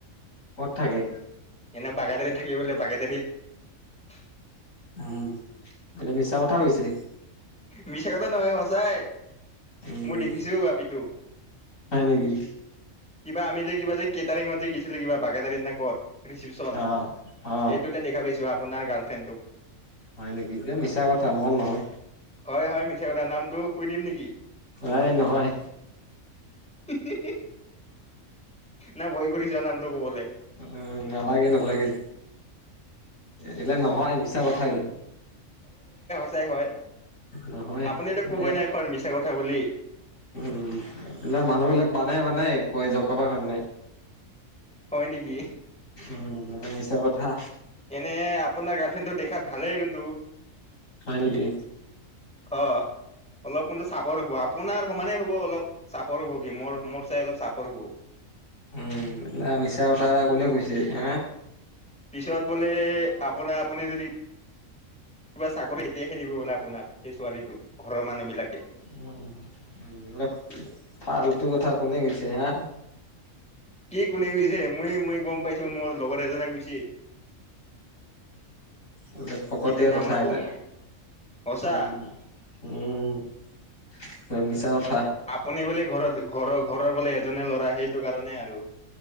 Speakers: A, on the left; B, in the centre.
A: ক'ত থাকে?
B: এনে বাগাদাৰীত থাকে বোলে বাগাদাৰীত।
A: উম, এতিয়া মিছা কথা কৈছে।
B: মিছা কথা নহয় সঁচাই।
A: উম
B: মই দেখিছো আপিটোক।
A: হয় নেকি
B: কিবা আমি যে কিবা যে কেটাৰিঙত যে গিছিলো কিবা বাগাদাৰীত না কত। ৰিচিপচন
A: অ অ
B: সেইটোতে দেখা পাইছো আপোনাৰ গাৰ্লফ্ৰেণ্ডটোক।
A: হয় নেকি? এতিয়া মিছা কথা মৰ নহয়।
B: হয়-হয় মিছা কথা নামটো কৈ দিম নেকি?
A: এই নহয়।
B: হি, হি, হিহ। <unintelligible> নাই ভয় কৰিছা নামটো কবলে?
A: উম, নালাগে নালাগে এইলে নহয় মিছা কথা এইলক।
B: তেই হয়
A: নহয়
B: আপুনিতো কবই
A: দে
B: নাই কোৱা মিছা কথা বুলি।
A: উম, এইিল মানুহ বিলাক মানে বানে ক য কাবা কাৰণে
B: হয় নেকি?
A: উ মানে মিছা কথা
B: এনে আপোনাৰ গাৰ্লফ্ৰেণ্ডটো দেখাত ভালেই কিন্তু,
A: হয় নেকি?
B: অ, অলপ কিন্তু চাপৰ হ'ব আপোনাৰ সমানে হ'ব অলপ চাপৰ হ'ব কি মোৰ মোৰ চাই অলপ চাপৰ হ'ব।
A: উম মা মিছা কথা কোনে কৈছে হ
B: পিছত বোলে আপোনাৰ আপুনি যদি কিবা চাকৰি এতিয়াহে দিব পোলে আপোনাক সেই ছোৱালীটোক ঘৰৰ মানুহ বিলাকে
A: <inaudible> ফাল্টু কথা কোনে কৈছে হা।
B: কি কোনে গুছে মই মই গম পাইছো মোৰ লগৰ এজনে গুছে
A: উ, ফাকাতিয়
B: কিন্তু নাম
A: কথা
B: নকওঁ
A: ইয়া।
B: মই সঁচা
A: উম-উম মিছা কথা।
B: আপুনি বোলে ঘৰত-ঘৰৰ-ঘৰৰ বোলে এজনে ল'ৰা সেইটো কাৰণে আৰু